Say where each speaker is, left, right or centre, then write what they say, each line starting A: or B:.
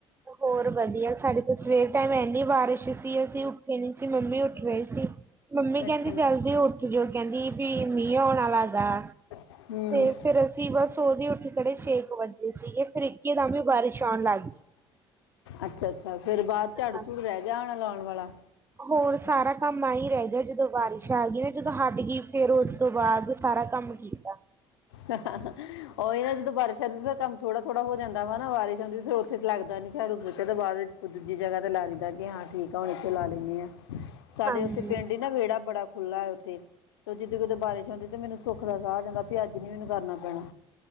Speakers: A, on the right; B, on the left.
A: ਹੋਰ ਵਧੀਆ ਸਾਡੇ ਤਾਂ ਸਵੇਰ ਟਾਈਮ ਇੰਨੀ ਬਾਰਿਸ਼ ਸੀ ਅਸੀਂ ਉੱਠੇ ਨਹੀਂ ਸੀ ਮੰਮੀ ਉੱਠ ਰਹੇ ਸੀ ਮੰਮੀ ਕਹਿੰਦੀ
B: ਅੱਛਾ
A: ਜ਼ਲਦੀ ਉੱਠ ਜਾਓ ਕਹਿੰਦੀ ਵੀ ਮੀਂਹ ਆਉਣ ਹੈਗਾ
B: ਹਮ
A: ਤੇ ਫੇਰ ਅਸੀਂ ਸੀਵਾ ਸੋ ਹੀ ਉੱਠ ਖੜੇ ਛੇ ਕੁ ਵੱਜੇ ਸੀਗੇ ਫਿਰ ਇਕੇ ਦਮ ਵੀ ਬਾਰਿਸ਼ ਆਉਣ ਲੱਗ ਗਈ
B: ਅੱਛਾ ਅੱਛਾ ਫੇਰ ਬਾਹਰ
A: ਗਈ।
B: ਝਾੜੂ ਝੂੜੂ ਰਹਿ ਗਿਆ ਹੋਣਾ ਲਾਉਣ ਵਾਲਾ
A: ਹੋਰ ਸਾਰਾ ਕੰਮ ਆਈ ਰਹਿ ਗਿਆ ਜਦੋਂ ਬਾਰਿਸ਼ ਆ ਗਈਆਂ ਨਾ ਜਦੋਂ ਹਟ ਗਈ ਫੇਰ ਉਸ ਤੋਂ ਬਾਅਦ ਸਾਰਾ ਕੰਮ ਕੀਤਾ
B: ਹ ਉਹੀ ਨਾ ਜਦੋਂ ਬਾਰਸ਼ ਆਂਦੀ ਫੇਰ ਕੰਮ ਥੋੜਾ ਥੋੜਾ ਹੋ ਜਾਂਦਾ ਵਾ ਨਾ ਬਾਰਿਸ਼ ਹੁੰਦੀ ਫਿਰ ਇੱਥੇ ਤਾਂ ਲੱਗਦਾ ਨੀ ਝਾੜੂ ਪੋਚਾ ਤੇ ਬਾਅਦ ਚ ਦੂਜੀ ਜਗ੍ਹਾ ਤੇ ਲਾ ਲੈਂਦਾ ਕਿ ਹਾਂ ਠੀਕ ਆ ਹੁਣ ਇੱਥੇ ਲਾ ਲੈਂਦੇ ਹ ਆ ਸਾਡੇ
A: ਹਾਂਜੀ
B: ਉੱਥੇ ਪਿੰਡ ਹੀ ਨਾ ਵਿਹੜਾ ਬੜਾ ਖੁੱਲ੍ਹਾ ਹੈ ਉੱਥੇ ਤੇ ਜਦੋਂ ਕਿਦੋਂ ਬਾਰਿਸ਼ ਹੁੰਦੀ ਤੇ ਮੈਨੂੰ ਸੁੱਖ ਦਾ ਸਾਹ ਆ ਜਾਂਦਾ ਵੀ ਅੱਜ ਨੀ ਮੈਨੂੰ ਕਰਨਾ ਪੈਣਾ